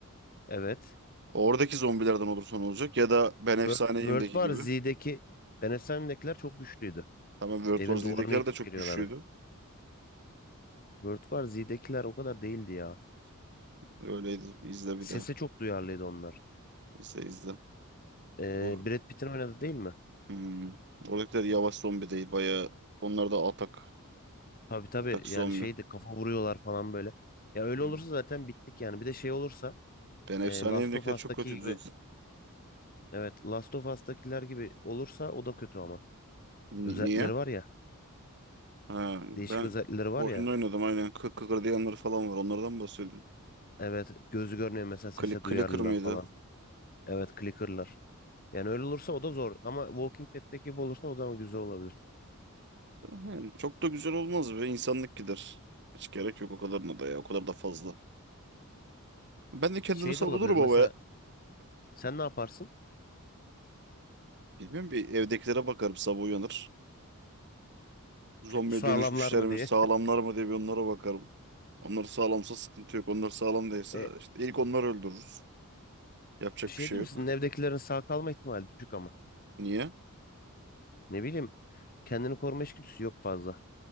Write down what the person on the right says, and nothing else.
Oradaki zombilerden olursa olacak? Ya da Ben
Efsaneyim'deki
gibi.
Tamam World
War Z'dekiler
de çok
güçlüydü.
Öyleydi. İzle bir
daha.
İzle izle.
O,
hmm. Oradakiler yavaş zombi değil. Bayağı onlar da atak.
Atak
zombi.
Hmm.
Ben Efsaneyim'dekiler
çok kötüydü
zaten.
Ni-
niye?
Ha, ben
oyunda
oynadım aynen. Kık kıkır diyenler falan var. Onlardan bahsediyorum.
Klik
clicker mıydı?
Yani çok da güzel olmaz ve insanlık gider. Hiç gerek yok o kadarına da ya. O kadar da fazla. Ben de kendimi
savunurum
ama ya.
Bilmiyorum bir evdekilere bakarım sabah uyanır. Zombiye
dönüşmüşler
mi
sağlamlar mı diye bir onlara bakarım. Onlar sağlamsa sıkıntı yok. Onlar sağlam değilse
işte ilk onları öldürürüz. Yapacak
bir şey
yok.
Niye?